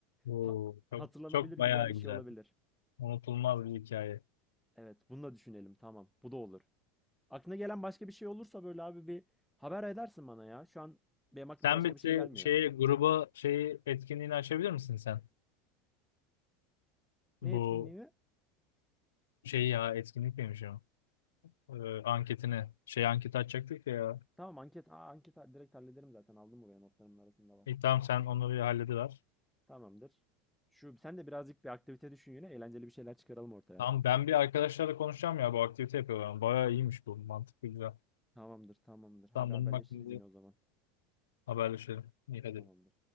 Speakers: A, on the left; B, in the centre.
A: Oo,
B: Ha- hatırlanabilir
A: çok, çok
B: güzel
A: bayağı
B: bir
A: güzel.
B: şey olabilir.
A: Unutulmaz bir hikaye.
B: Evet, bunu da düşünelim. Tamam, bu da olur. Aklına gelen başka bir şey olursa böyle abi bir haber edersin bana ya. Şu an benim aklıma
A: Sen
B: başka
A: bir
B: bir
A: şey,
B: şey gelmiyor.
A: şeye, gruba şeyi etkinliğini açabilir misin sen?
B: Ne
A: Bu
B: etkinliği mi?
A: şeyi ya etkinlik miymiş o? Ee, anketini. Şey anket açacaktık ya.
B: Tamam anket. Aa, anket ha- direkt hallederim zaten. Aldım buraya notlarımın arasında var.
A: İyi, tamam sen onları bir hallediver.
B: Tamamdır. Şu sen de birazcık bir aktivite düşün yine. Eğlenceli bir şeyler çıkaralım ortaya.
A: Tamam ben bir arkadaşlarla konuşacağım ya bu aktivite yapıyorlar. Bayağı iyiymiş bu. Mantıklı güzel.
B: Tamamdır, tamamdır. Hadi
A: Tamam
B: haberleşiriz
A: bunun hakkında
B: yine o zaman.
A: haberleşelim. İyi hadi.
B: Tamamdır.